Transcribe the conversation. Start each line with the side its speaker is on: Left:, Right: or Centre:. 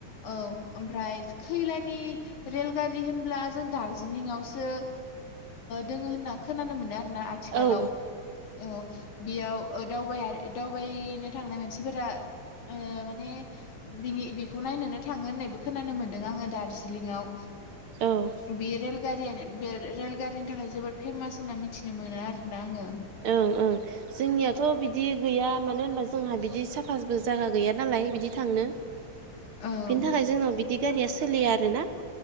Left: औ ओमफ्राय खैलानि रेलगारि होनब्ला जों दार्जिलिंआवसो दोङो होनना खोनानो मोनो आरो आथिखालाव
Right: औ
Left: औ बेयाव <unintelligible> दावबायनो थांनाय मानसिफोरा माने बिनि बेखौ नायनोनो थाङो होननायबो खोनानो मोनदों आङो दार्जिलिंआव
Right: औ
Left: बे रेलगारियानो बे रेलगारिनि थाखाय जोबोद फेमास होनना मिथिनो मोनो आरोना आङो
Right: ओं ओं। जोंनियाथ' बिदि गैया मानो होनबा जोंहा बिदि साफाबो जायगा गैया नालाय बिदि थांनो बिनि
Left: औ
Right: थाखाय जोंनाव बिदि गारिया सोलियो आरो ना